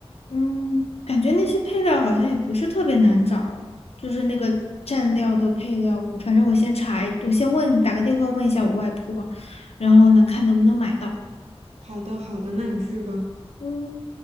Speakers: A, on the left; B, on the right.
A: 嗯，感觉那些配料好像也不是特别难找，就是那个蘸料的配料，我反正我先查一我先问，打个电话问一下我外婆，然后呢，看能不能买到。
B: 好的，好的，那你去吧。
A: 嗯。